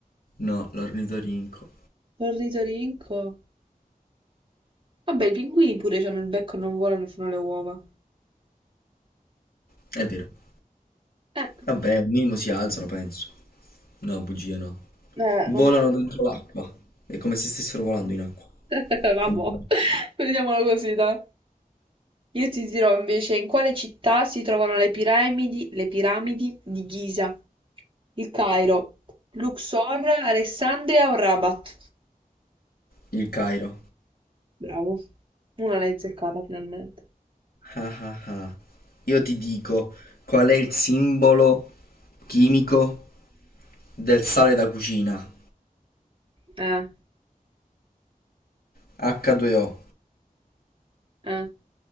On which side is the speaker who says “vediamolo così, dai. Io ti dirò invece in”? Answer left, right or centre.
Right